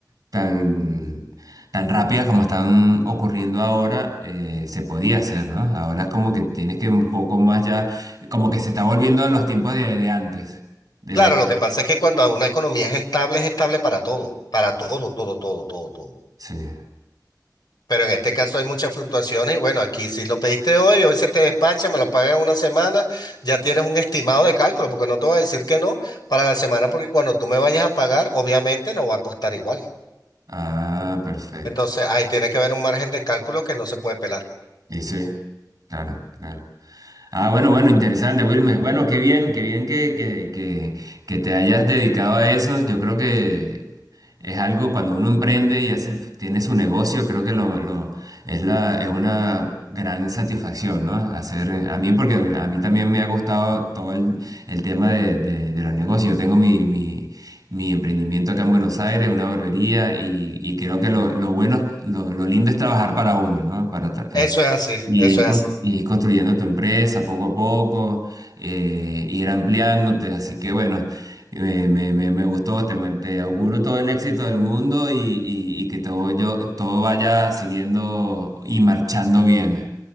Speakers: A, on the right; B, on the left.
A: tan, tan rápidas como están ocurriendo ahora, eh, se podía hacer, ¿no? Ahora es como que tienes que un poco más ya, como que se está volviendo a los tiempos de, de antes, de
B: Claro,
A: la...
B: lo que pasa es que cuando una economía es estable, es estable para todo, para todo, todo, todo, todo, todo.
A: Sí.
B: Pero en este caso hay muchas fluctuaciones y bueno, aquí si lo pediste hoy, hoy se te despacha, me lo pagas en una semana, ya tienes un estimado de cálculo, porque no te voy a decir que no para la semana, porque cuando tú me vayas a pagar, obviamente no va a costar igual.
A: Ah, perfecto.
B: Entonces ahí tiene que haber un margen de cálculo que no se puede pelar.
A: Y sí, claro, claro. Ah, bueno, bueno, interesante, Wilmer. Bueno, qué bien, qué bien que, que, que, que te hayas dedicado a eso. Yo creo que es algo cuando uno emprende y hace, tiene su negocio, creo que lo, lo, es la, es una gran satisfacción, ¿no? Hacer, a mí, porque a mí también me ha gustado todo el, el tema de, de, de los negocios. Yo tengo mi, mi, mi emprendimiento acá en Buenos Aires, una barbería, y, y creo que lo, lo bueno, lo, lo lindo es trabajar para uno, ¿no? Para, tra-
B: Eso
A: eh,
B: es así,
A: y
B: eso
A: ir,
B: es
A: co-
B: así.
A: y ir construyendo tu empresa poco a poco, eh, ir ampliándote. Así que bueno, eh, me, me, me gustó, te, man- te auguro todo el éxito del mundo y, y, y que todo, yo, todo vaya siguiendo y marchando bien.